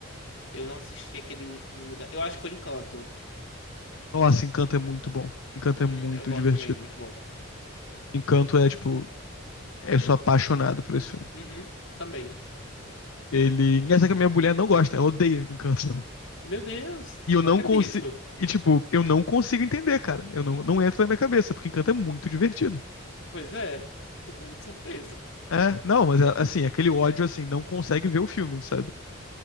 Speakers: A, on the left; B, on the left.
A: Eu não assisti aquele último da. Eu acho que foi Encanto.
B: Nossa, Encanto é muito bom. Encanto
A: Uhum,
B: é muito
A: eu gosto
B: divertido.
A: também, muito bom.
B: Encanto é, tipo, é, eu sou apaixonado por esse filme.
A: Uhum, também.
B: Ele. Engraçado que a minha mulher não gosta, ela odeia Encanto.
A: Meu Deus,
B: E eu
A: não
B: não
A: acredito.
B: consigo. E, tipo, eu não consigo entender, cara. Eu não, não entra na minha cabeça, porque Encanto é muito divertido.
A: Pois é, eu tô muito surpreso.
B: É, não, mas é, assim, aquele ódio, assim, não consegue ver o filme, sabe?